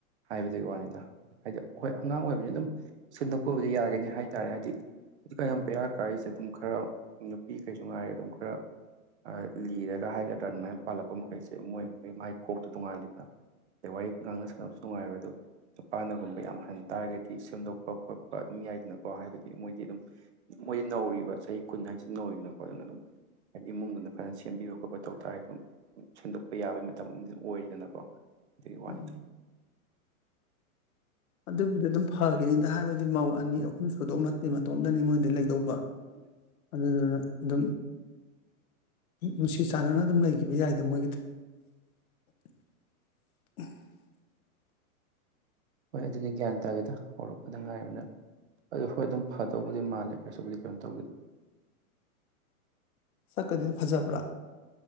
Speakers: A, on the right (about 50°); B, on the left (about 70°).
A: ꯍꯥꯏꯕꯗꯨꯒꯤ ꯋꯥꯅꯤꯗ ꯍꯥꯏꯗꯤ ꯍꯣꯏ ꯑꯉꯥꯡ ꯑꯣꯏꯕꯅꯤ ꯑꯗꯨꯝ ꯁꯦꯝꯟꯗꯣꯛꯄꯕꯨꯗꯤ ꯌꯥꯒꯤꯅꯤ ꯍꯥꯏꯇꯥꯔꯦ ꯍꯥꯏꯗꯤ ꯍꯧꯖꯤꯛ ꯀꯌꯥꯝ ꯄꯦꯔꯥ ꯀꯥꯔꯤꯁꯦ ꯑꯗꯨꯝ ꯈꯔ ꯅꯨꯄꯤꯈꯩꯁꯨ ꯉꯥꯏꯔꯦ ꯑꯗꯨꯝ ꯈꯔ ꯍꯥꯏ ꯂꯤꯔꯒ ꯍꯥꯏꯒꯗ꯭ꯔꯥ ꯑꯗꯨꯃꯥꯏꯅ ꯄꯥꯜꯂꯛꯄ ꯃꯈꯩꯁꯦ ꯃꯣꯏ ꯃꯣꯏ ꯃꯥꯏ ꯀꯣꯛꯇꯨ ꯇꯣꯡꯉꯥꯜꯂꯤꯗꯅ ꯑꯗꯩ ꯋꯥꯔꯤ ꯉꯥꯡꯅ ꯁꯥꯟꯅꯕꯁꯨ ꯅꯨꯡꯉꯥꯏꯔꯣꯏ ꯑꯗꯨ ꯅꯨꯄꯥꯅꯒꯨꯝꯕ ꯌꯥꯝ ꯍꯟ ꯇꯥꯔꯒꯗꯤ ꯁꯦꯝꯗꯣꯛꯄ ꯈꯣꯠꯄ ꯑꯗꯨꯝ ꯌꯥꯏꯗꯅ ꯀꯣ ꯍꯥꯏꯕꯗꯤ ꯃꯣꯏꯗꯤ ꯑꯗꯨꯝ ꯃꯣꯏꯗꯤ ꯅꯧꯔꯤꯕ ꯆꯍꯤ ꯀꯨꯟ ꯍꯥꯏꯁꯤ ꯅꯧꯔꯤꯗꯅꯀꯣ ꯑꯗꯨꯅ ꯑꯗꯨꯝ ꯍꯥꯏꯗꯤ ꯏꯃꯨꯡꯗꯨꯅ ꯐꯖꯅ ꯁꯦꯝꯕꯤꯕ ꯈꯣꯠꯄ ꯇꯧ ꯇꯥꯔꯦ ꯑꯗꯨꯝ ꯁꯦꯝꯗꯣꯛꯄ ꯌꯥꯕꯩ ꯃꯇꯝ ꯑꯃ ꯑꯗꯨꯝ ꯑꯣꯏꯔꯤꯗꯅꯀꯣ ꯑꯗꯨꯒꯤ ꯋꯥꯅꯤꯗꯥ
B: ꯎꯝ ꯑꯗꯨꯕꯨꯗꯤ ꯑꯗꯨꯝ ꯐꯒꯤꯅꯤꯗ ꯍꯥꯏꯕꯗꯤ ꯃꯧ ꯑꯅꯤ ꯑꯍꯨꯝ ꯁꯨꯗꯧ ꯅꯠꯇꯦ ꯃꯇꯣꯝꯗꯅꯤ ꯃꯣꯏꯗ ꯂꯩꯗꯧꯕ
A: <inaudible>
B: ꯑꯗꯨꯗꯨꯅ ꯑꯗꯨꯝ ꯅꯨꯡꯁꯤ ꯆꯥꯟꯅꯅ ꯑꯗꯨꯝ ꯂꯩꯈꯤꯕ ꯌꯥꯏꯗ ꯃꯣꯏꯒꯤꯗꯤ <inaudible>
A: ꯍꯣꯏ ꯑꯗꯨꯅꯤ ꯒ꯭ꯌꯥꯟ ꯇꯥꯗꯦꯗ ꯍꯧꯔꯛꯄꯗ ꯉꯥꯏꯔꯤꯕꯅꯤꯅ ꯑꯗꯨ ꯍꯣꯏ ꯑꯗꯨꯝ ꯐꯗꯧꯕꯨꯗꯤ ꯃꯥꯜꯂꯦ ꯀꯩꯁꯨꯕꯨꯗꯤ ꯀꯩꯅꯣ ꯇꯧꯗꯦꯗ
B: ꯁꯛꯀꯗꯤ ꯐꯖꯕ꯭ꯔꯥ